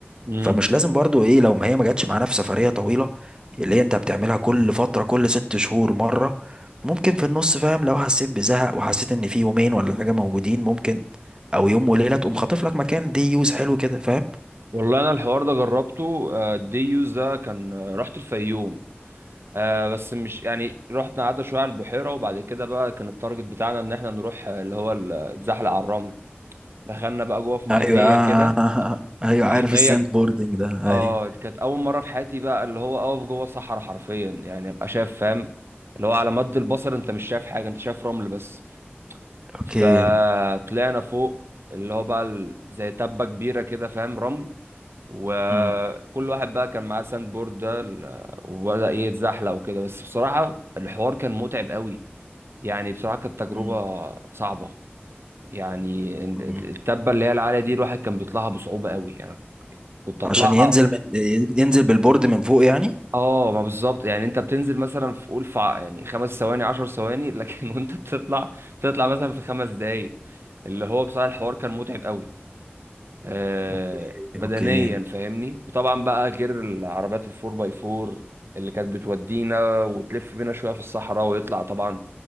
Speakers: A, on the right (about 75°); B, on the right (about 20°).
A: امم
B: فمش لازم برضو ايه لو ما هي ما جاتش معانا في سفرية طويلة اللي هي انت بتعملها كل فترة كل ست شهور مرة ممكن في النص فاهم لو حسيت بزهق وحسيت ان في يومين ولا حاجة موجودين ممكن او يوم وليلة تقوم خاطف لك مكان دي يوز حلو كده فاهم
A: والله انا الحوار ده جربته آه الدي يوز ده كان آه، رحت الفيوم آه بس مش يعني رحت قعدنا شوية على البحيرة وبعد كده بقى كان التارجت بتاعنا ان احنا نروح آه، اللي هو ال- آه، اتزحلق على الرمل دخلنا بقى جوه في محمية
B: ايوه آه،
A: كده
B: ايوه
A: في
B: عارف
A: محمية
B: الساند بوردنج ده
A: اه
B: ايوه
A: دي كانت اول مره في حياتي بقى اللي هو اقف جوه صحراء حرفيا يعني ابقى شايف فاهم اللي هو على مد البصر انت مش شايف حاجه انت شايف رمل بس
B: اوكي
A: فطلعنا فوق اللي هو بقى ال- زي تبه كبيره كده فاهم رمل وكل
B: مم.
A: واحد بقى كان معاه ساند بورد ده ال- وبدا ايه يتزحلق وكده بس بصراحه الحوار كان متعب قوي يعني بصراحه كانت تجربه
B: مم.
A: صعبه يعني ال-
B: مم.
A: ال- التبه اللي هي العاليه دي الواحد كان بيطلعها بصعوبه قوي يعني كنت
B: عشان
A: اطلعها
B: ينزل من ينزل بالبورد من فوق يعني
A: اه ما بالظبط يعني انت بتنزل مثلا في قول في ع- يعني خمس ثواني عشر ثواني لكن <laughs> وانت بتطلع بتطلع مثلا في خمس دقايق اللي هو بصراحة الحوار كان متعب قوي آه
B: اوكي
A: بدنيا
B: اوكي
A: فاهمني وطبعا بقى غير العربيات الفور باي فور اللي كانت بتودينا وتلف بينا شوية في الصحراء ويطلع طبعا